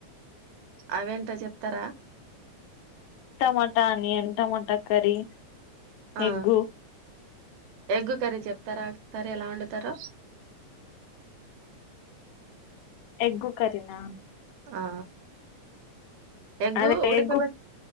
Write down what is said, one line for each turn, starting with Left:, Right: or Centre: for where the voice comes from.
Right: అవేంటో చెప్తారా
Left: టమాటా అనియన్ టమాటా కర్రీ
Right: ఆ
Left: ఎగ్గు
Right: ఎగ్ కర్రీ చెప్తారా కర్రీ ఎలా వండుతారో
Left: ఎగ్ కర్రీనా
Right: ఆ ఎగ్గు
Left: అదే
Right: ఉడకబట్ట
Left: ఎగ్గు